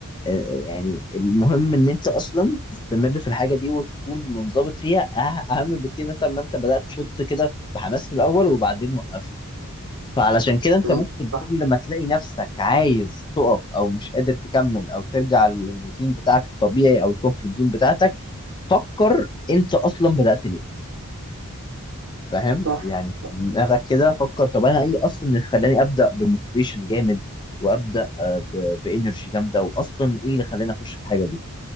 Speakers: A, on the left (about 20°); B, on the right (about 65°).
A: آه، يعني المهم ان انت اصلا تستمر في الحاجه دي وتكون منضبط فيها أه- اهم بكتير مثلا ما انت بدات تشط كده بحماس في الاول وبعدين وقفت فعلشان كده انت
B: مم.
A: ممكن
B: صح
A: كل ما تلاقي نفسك عايز تقف او مش قادر تكمل او ترجع للروتين بتاعك الطبيعي او الكومفورت زون بتاعتك فكر انت اصلا بدات ليه فاهم
B: صح
A: يعني في
B: صح
A: دماغك كده فكر طب انا ايه اصلا اللي خلاني ابدا بموتيفيشن جامد وابدا آه، ب- بانرجي جامده واصلا ايه اللي خلاني اخش في الحاجه دي